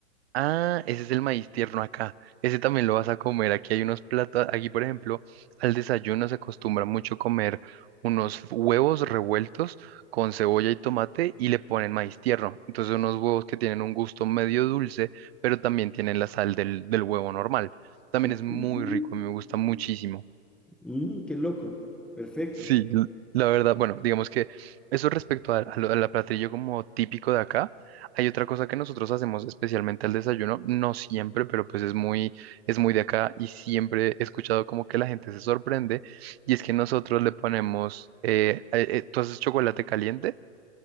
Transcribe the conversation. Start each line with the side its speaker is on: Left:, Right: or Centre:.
Right: Ah, ese es el maíz tierno acá. Ese también lo vas a comer. Aquí hay unos platos, aquí por ejemplo, al desayuno se acostumbra mucho comer unos huevos revueltos con cebolla y tomate y le ponen maíz tierno. Entonces unos huevos que tienen un gusto medio dulce, pero también tienen la sal del, del huevo normal. También
Centre: Mm,
Right: es muy rico, a mí me gusta muchísimo.
Centre: mm, qué loco. Perfecto.
Right: Sí, l- la verdad, bueno, digamos que eso respecto a- a lo- al platillo como típico de acá, hay otra cosa que nosotros hacemos especialmente al desayuno, no siempre, pero pues es muy, es muy de acá y siempre he escuchado como que la gente se sorprende y es que nosotros le ponemos, eh, eh, eh, ¿tú haces chocolate caliente